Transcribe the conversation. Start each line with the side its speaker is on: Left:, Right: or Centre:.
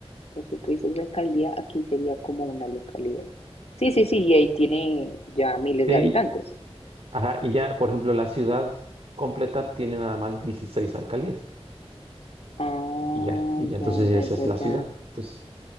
Left: lo que tú dices de alcaldía, aquí sería como una localidad. Sí, sí, sí, y ahí tiene ya miles
Right: Sí,
Left: de habitantes.
Right: Ajá, y ya, por ejemplo, la ciudad completa tiene nada más 16 alcaldías.
Left: Ah,
Right: Y ya, y ya entonces
Left: ya,
Right: esa
Left: ya,
Right: es
Left: ya,
Right: la ciudad.
Left: ya.
Right: Entonces,